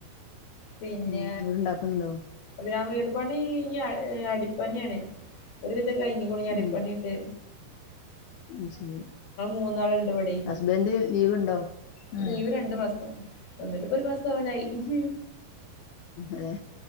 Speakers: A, on the left; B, on the left.
A: പിന്നെ
B: ഉം വീടുണ്ടാക്കുന്നുണ്ടോ
A: അത് ഞാൻ വീട് പണി ഇനി അടിപ്പണിയാണ് ഒരുവിധം കഴിഞ്ഞു അടിപ്പണിട്ട്
B: ഏഹ് അത് ശരി
A: മൂന്നാളുണ്ട് ഇവിടെ
B: ഹസ്ബൻറ് ലീവ് ഉണ്ടോ ആഹ്
A: ലീവ് രണ്ടു മാസം വന്നിട്ട് ഇപ്പൊ ഒരു മാസം അവാനായി ഉം
B: അതെ